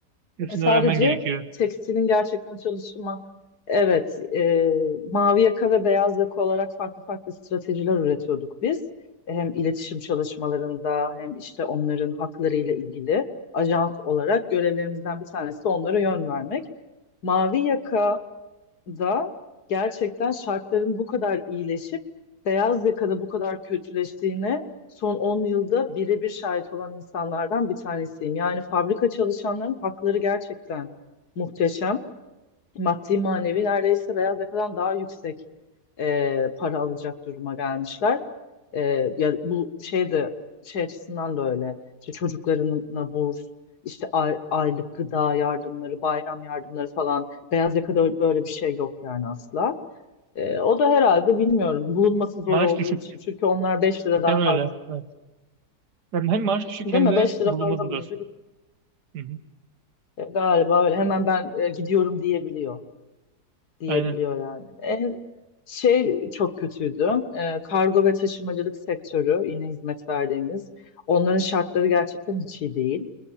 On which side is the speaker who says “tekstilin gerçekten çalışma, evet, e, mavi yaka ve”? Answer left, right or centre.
Left